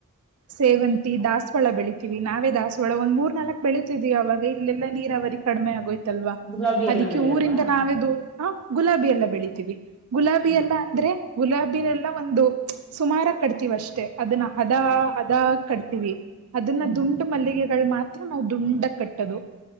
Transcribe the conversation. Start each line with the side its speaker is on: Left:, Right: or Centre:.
Right: ಸೇವಂತಿ ದಾಸವಾಳ ಬೇಳಿತೇವಿ ನಾವೇ ದಾಸವಾಳ ಒಂದ್ ಮೂರ್ ನಾಲ್ಕು ಬೆಳೀತಿದೀವಿ ಅವಾಗ ಇಲ್ಲೆಲ್ಲ ನೀರಾವರಿ ಕಡಿಮೆ ಆಗೊಯ್ತು ಅಲ್ವಾ
Centre: ಗುಲಾಬಿ
Right: ಅದಿಕ್ಕೆ
Centre: ಎಲ್ಲ ಬೆಳೆಯಲ್ವಾ
Right: ಊರಿಂದ ನಾವೇ ದು ಅ ಗುಲಾಬಿ ಎಲ್ಲ ಬೆಳಿತೇವಿ ಗುಲಾಬಿ
Centre: ಹ್ಮ್
Right: ಎಲ್ಲ ಅಂದ್ರೆ ಗುಲಾಬಿನೆಲ್ಲ ಒಂದು ಸುಮಾರಾಗಿ ಕಟ್ತತೇವಿ ಅಷ್ಟೆ ಅದನ್ನ ಹದಾ ಹದಾಗ ಕಟ್ಟತೀವಿ ಅದನ್ನ
Centre: ಹ್ಮ್
Right: ದುಂಡು
Centre: ಹ್ಮ್
Right: ಮಲ್ಲಿಗೆಗಳು ಮಾತ್ರ ನಾವು ದುಂಡಾಗಿ ಕಟ್ಟದು